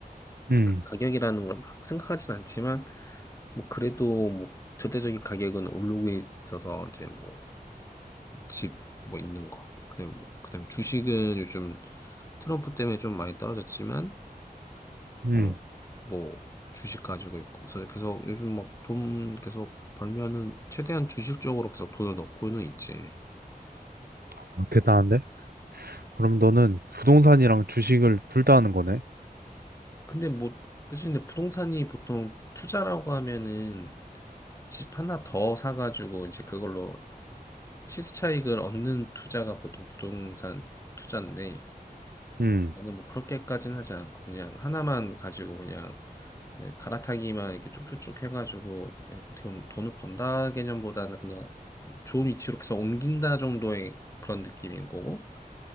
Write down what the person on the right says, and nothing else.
음,
음.
어, 대단한데? 그럼 너는 부동산이랑 주식을 둘 다 하는 거네?
음,